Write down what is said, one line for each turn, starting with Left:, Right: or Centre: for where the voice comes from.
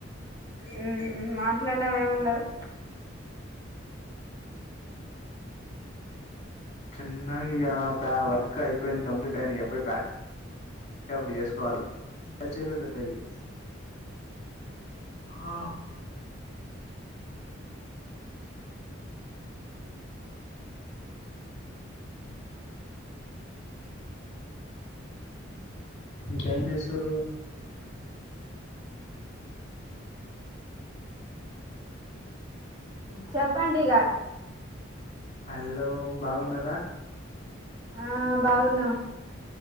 Right: ఉ మాట్లాడడంం ఏమి ఉండదు
Left: చెన్నై వర్క్ అయిపోయింది కంప్లీట్ అయింది ఎబ్బయిక్ కవలిసుకోవాల అ చెలదలి ఆ ఆ జనేశ్వర అ
Right: చెప్పండి ఇక
Left: హలో బాగున్నారా
Right: ఆ బావున్నాం